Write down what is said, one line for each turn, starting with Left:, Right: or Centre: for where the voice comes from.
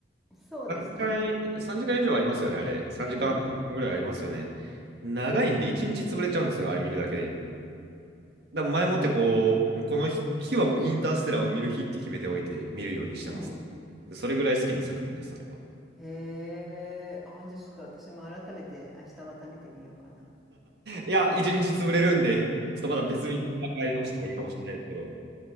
Centre: そうですね。
Right: 3時間、3時間以上ありますよね、あれ。3時間半ぐらいありますよね。
Centre: うん。
Right: 長いんで、1日潰れちゃうんですよ、あれ見るだけで。だから前もってこう、もうこの日、日はもうインターステラーを見る日って決めておいて見るようにしてます。
Centre: うん。
Right: それぐらい好きな作品です、あれは。
Centre: へえ。あ、じゃあちょっと私も改めて明日また見てみようかな。
Right: いや、一日潰れるんで、ちょっとまだ別日に考え直した方がいいかもしれないですけど、い